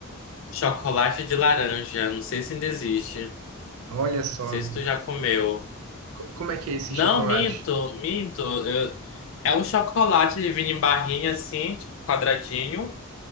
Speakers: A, on the left; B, on the right.
A: chocolate de laranja. Não sei se ainda existe. Não
B: Olha só,
A: sei se tu já comeu.
B: co- como é que é esse
A: Não,
B: chocolate?
A: minto, minto. Eu- É um chocolate, ele vinha em barrinha assim, tipo, quadradinho,